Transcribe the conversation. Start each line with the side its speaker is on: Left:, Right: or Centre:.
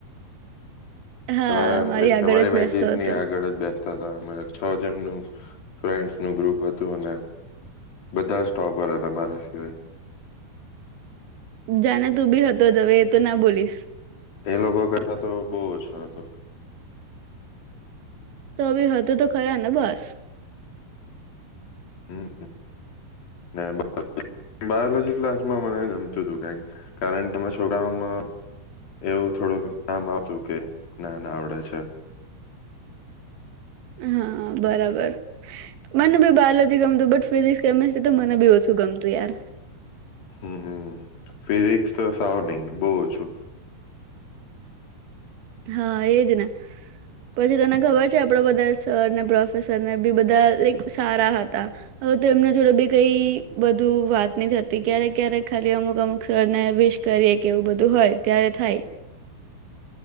Right: હા
Left: તમારા
Right: મારી આગળ
Left: તમારી
Right: જ
Left: બેંચિસ
Right: બેસતો હતો
Left: ની આગળ જ બેસતા હતા છ જણનું ફ્રેન્ડ્સ નું ગ્રુપ હતું અને બધા સ્ટોપર હતા. તમારે સિવાય.
Right: જાણે તું બી હતો જવે એ તો ના બોલીશ.
Left: એ લોકો કરતા તો બહુ ઓછો હતો.
Right: તો બી હતું તો ખરા ને બસ.
Left: હમ ને બાયોલોજી ક્લાસમાં મને ગમતું હતું ક કારણ તમે છોકઓમાં એવું થોડુંક નામ આવતું કે ના નાને આવડે છે.
Right: હા બરાબર. મને બી બોલોજી ગમતું બટ ફિઝિક્સ કેમિસ્ટ્રી તો મ. ને બી ઓછું ગમતું યાર.
Left: હમ ફિઝિક્સ તો સાવ નહિ બહુ ઓછું.
Right: હા એજ ને પછી તને ખબર છે આપડા બધા સરને પ્રોફેસરને બી બધા સારા હતા હવે તો એમના જોડે બી કઈ બધું વાત નહી થતી ક્યારેક ક્યારેક ખાલી અમુક અમુક સરને વિશ કરીએ કે એવું બધું હોય ત્યારે થાય.